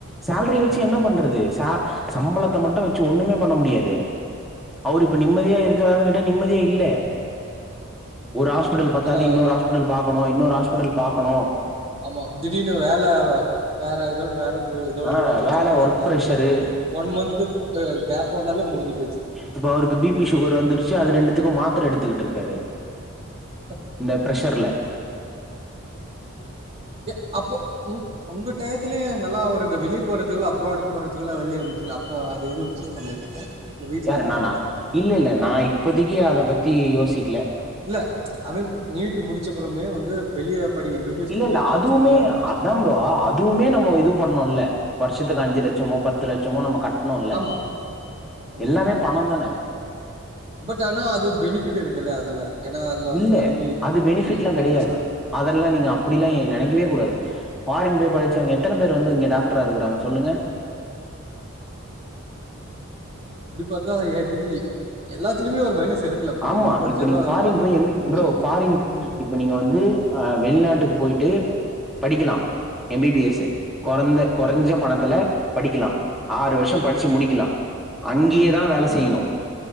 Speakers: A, in the centre; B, on the right.
A: சேல்ரி
B: ஆமா
A: வச்சு என்ன பண்றது ச சம்பளத்த மட்டு வச்சு ஒண்ணுமே பண்ண முடியாதே அவ்ரு இப்ப நிம்மதியா இருக் காறனு கெட்ட நிம்மதியா இல்லே ஒரு ஹாஸ்பிட்டல் பத்தாது
B: ஏன்னா
A: இன்னொரு ஹாஸ் புட்டல் பாக்குணு இன்னொரு ஹாஸ்புட்டல் பாக்குணு
B: ஆமா திடீர்னு வேல வேற ஏதோன்னு வேல போய்டுது ஏதோ
A: ஆ
B: இதயிடுச்சுன்னா
A: வேல ஒர்க்
B: அது
A: ப்ரெஷரு
B: கட்ட முடிய <inaudible> ஒன் மந்த்த் ஆ கேப்பு வந்தாலே முடிஞ்சு போய்ச்சு
A: இப்போ அவ்ருக்கு பி பி சுகர் வந்துருச்சி அது ரெண்டுத்துக்கு மாத்திர எடுத்துக்கிட்டு இருக்காரு
B: ஓகே
A: இந்த ப்ரெஷ்சர்ல
B: ஏ அப்போ ம் உங்க டையத்தலயே நல்ல ஒரு இந்த வெளிய போறதுக்குல்ல அப்ராடு போறதுக்குல்லா வெளியே இருந்துச்ச அப்ப அது எதுவு சூஸ் பண்லியா நீங்க இல்ல வீட்ல
A: யாரு
B: வேணான்ட்டாங்களா
A: நானா இல்ல இல்ல நா
B: ஆமா
A: இப்பதிக்கி அத பத்தி யோசிக்கில
B: இல்ல ஐ மீன் நீட்டு முடிச்சப்பறமே வந்து வெளிய படி எம் பி பி எஸ்
A: இல்ல
B: படிக்கிறதுக்கு
A: இல்ல அதுவுமே
B: ஆப்ஷன் எல்லா இருந்துச்சுல்ல
A: அதா ப்ரோ அ அதுவுமே நம்மோ இது பண்ணோல்ல வர்ஷத்துக்கு அஞ்சு லட்சமோ பத்து லட்சமோ நம்ம கட் டுனுல்ல
B: ஆமா ஆமா
A: எல்லாமே பண தானே
B: பட் ஆனா அது பெனிபிட் இருக்குல்ல அதுல ஏன்னா அதுல வந்து
A: இல்ல
B: கம்மி
A: அது பெனிஃபிட்லா
B: இ
A: கெடையாது
B: இன்வெஸ்மென்
A: அதெல்லா நீங்க அ ப்டில்லா நீங்க நெனைக்கவே கூடாது பாரின் போய் படிச்சவங்க எத்தன பேர் வந்து இங்க டாக்ட்ர இருக்குறாங்க சொல்லுங்க
B: அப்டி பாத்தா எதுலி எல்லாத்துலயுமே ஒரு மைனஸ் இருக்கல ப்ரோ
A: ஆமா
B: இங்கு படிச்சாலு
A: இப்ப நீங்க
B: அதல்லாதா
A: ஃபாரின் போய் எம் பி
B: எங்கி
A: ப்ரோ ஃபாரின்
B: ம்
A: இப்ப நீங்க வந்து
B: ம்
A: அ
B: சரி
A: வெளிநாட்டுக்கு போயிட்டு படிக்கலா எ பி பி எஸ்ஸு கொறைந்த கொறைஞ்ச
B: ஓகே
A: பணத்த துல படிக்கலா ஆறு வருஷோ படுச்சு முடிக்கலா அங்கயே தா வேல செய்யணு